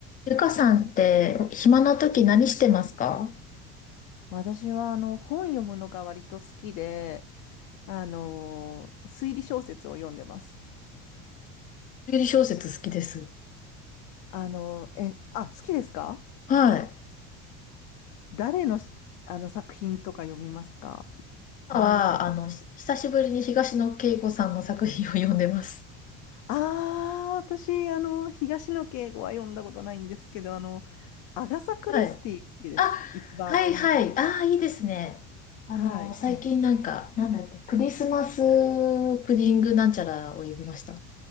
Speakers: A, on the left; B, on the left.
A: ゆかさんって暇な時何してますか
B: 私はあの本読むのが割と好きで、あの推理小説を読んでます。
A: 推理小説好きです。
B: あの、え、あ、好きですか
A: はい。
B: 誰のし、あの作品とか読みますか
A: 今は、
B: 同じかな。
A: あの、し久しぶりに東野圭吾さんの作品を読んでます。
B: ああ、私、あの、東野圭吾は読んだことないんですけど、あの、アガサ・クリスティ好きです。
A: はい。あ、
B: 一番。
A: はいはい。ああ、いいですね。あの、
B: はい。
A: 最近なんか、なんだっけ、クリスマスプディングなんちゃらを呼びました。